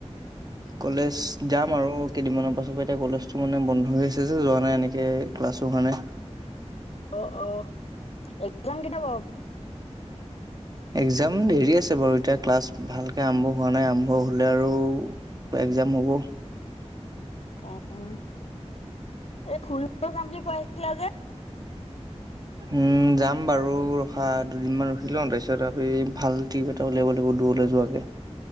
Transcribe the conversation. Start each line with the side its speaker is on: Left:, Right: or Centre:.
Right: কলেজ যাম আৰু কেইদিনমানৰ পাছৰ পৰা, এতিয়া কলেজটো মানে বন্ধ হৈ আছে যে যোৱা নাই এনেকে ক্লাছো হোৱা নাই।
Left: অ', অ'। এক্সাম কেতিয়া বাৰু
Right: এক্সাম দেৰি আছে বাৰু এতিয়া ক্লাছ ভালকে আৰম্ভ হোৱা নাই, আৰম্ভ হ'লে আৰু এক্সাম হ'ব।
Left: অ'। উম, এই ফুৰিব যাম বুলি কৈ আছিলা যে
Right: উম যাম বাৰু, ৰখা দুদিনমান ৰখি লোৱা, তাৰপিছত আমি ভাল ট্ৰিপ এটা উলিয়াব লাগিব দূৰলৈ যোৱাকে।